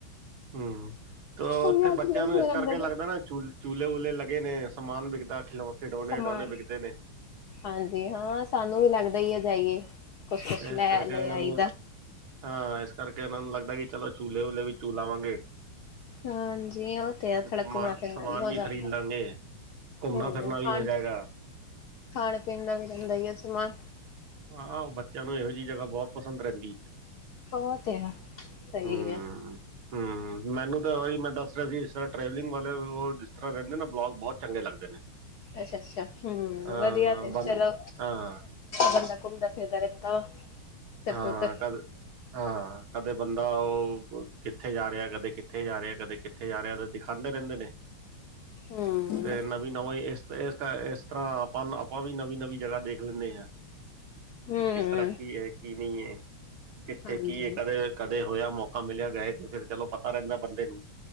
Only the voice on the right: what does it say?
ਹੂੰ ਤੇ
ਉੱਥੇ
ਬੱਚਿਆਂ ਨੂੰ
ਇਸ ਕਰਕੇ
ਲੱਗਦਾ ਨਾ, ਚੂ ਚੂਲੇ-ਵੂਹਲੇ ਲੱਗੇ ਨੇ, ਸਮਾਨ ਵਿਕਦਾ, ਖਿ ਖਿਡੌਣੇ-ਉਡੌਣੇ
ਵਿਕਦੇ ਨੇ
ਤੇ
ਇਸ ਕਰਕੇ ਇਹਨਾਂ
ਨੂੰ ਹਾਂ, ਇਸ ਕਰਕੇ ਇਹਨਾਂ ਨੂੰ ਲੱਗਦਾ ਕਿ ਚਲੋ ਝੂਲੇ-ਵੂਲੇ ਵੀ ਝੂਲ ਆਵਾਂਗੇ।
ਸਮਾ
ਸਮਾਨ
ਵੀ
ਖ਼ਰੀਦ ਲਾਂਗੇ। ਘੁੰਮਣਾ-ਫਿਰਨਾ
ਵੀ
ਹੋ ਜਾਏਗਾ।
ਆਹੋ, ਬੱਚਿਆਂ ਨੂੰ ਇਹੋ ਜਿਹੀ ਜਗ੍ਹਾ ਬਹੁਤ ਪਸੰਦ ਰਹਿੰਦੀ।
ਹੂੰ।
ਹੂੰ ਮੈਨੂੰ ਤਾਂ ਉਹੀ, ਮੈਂ ਦੱਸ ਰਿਹਾ ਸੀ ਟਰੈਵਲਿੰਗ ਵਾਲੇ, ਉਹ ਜਿਸ ਤਰ੍ਹਾਂ ਰਹਿੰਦੇ ਨਾ, ਵਲੋਗ ਬਹੁਤ ਚੰਗੇ ਲੱਗਦੇ ਨੇ।
ਹਾਂ
ਬੰ
ਹਾਂ
ਹਾਂ
ਕਰ ਹਾਂ ਕਦੇ ਬੰਦਾ ਉਹ ਕਿੱਥੇ ਜਾ ਰਿਹਾ, ਕਦੇ ਕਿੱਥੇ ਜਾ ਰਿਹਾ, ਕਦੇ ਕਿੱਥੇ ਜਾ ਰਿਹਾ, ਦਿਖਾਦੇ ਰਹਿੰਦੇ ਨੇ।
ਤੇ ਨਵੀਂ ਨਵਾਂਂ ਇਸ ਇਸ ਤਰ੍ਹਾਂ ਆਪਾਂ ਆਪਾਂ ਵੀ ਨਵੀਂ ਨਵੀਂ ਜਗ੍ਹਾ ਦੇਖ ਲੈਂਦੇ ਹਾਂ
ਕਿਸ ਤਰ੍ਹਾਂ ਕੀ ਹੈ ਕੀ ਨਹੀਂ ਹੈ ਕਿੱਥੇ
ਕੀ ਹੈ ਕਦੇ ਕਦੇ ਹੋਇਆ ਮੌਕਾ ਮਿਲਿਆ ਗਏ ਤੇ ਫਿਰ ਚਲੋ ਪਤਾ ਰਹਿੰਦੈ ਬੰਦੇ ਨੂੰ।